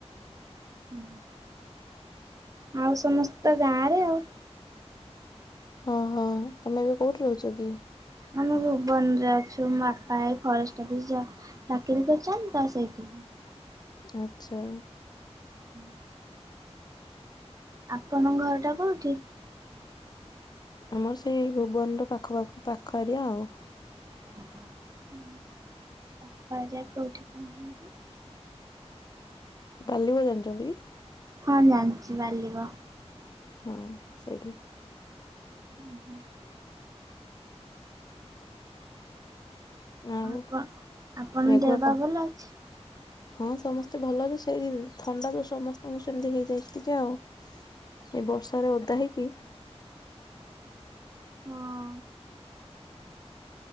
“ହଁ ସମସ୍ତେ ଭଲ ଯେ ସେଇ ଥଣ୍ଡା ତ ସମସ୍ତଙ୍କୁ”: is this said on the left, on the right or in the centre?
Left